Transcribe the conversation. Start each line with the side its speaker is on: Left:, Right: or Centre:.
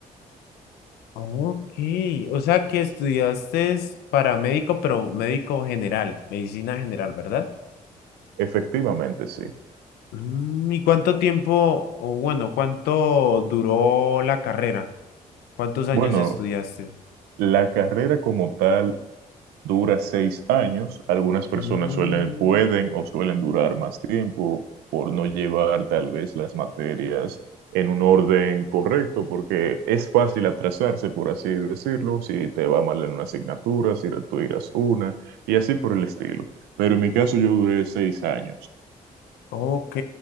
Left: Ok, o sea que estudiaste es para médico, pero médico general, medicina general, ¿verdad?
Right: Efectivamente, sí.
Left: Mm, ¿Y cuánto tiempo, o bueno, cuánto duró la carrera? ¿Cuántos años
Right: Bueno,
Left: estudiaste?
Right: la carrera como tal dura seis años. Algunas personas
Left: Mm,
Right: suelen, pueden o suelen durar más tiempo por no llevar tal vez las materias en un orden correcto, porque es fácil atrasarse, por así decirlo, si te va mal en una asignatura, si retiras una, y así por el estilo. Pero en mi caso yo duré seis años.
Left: ok,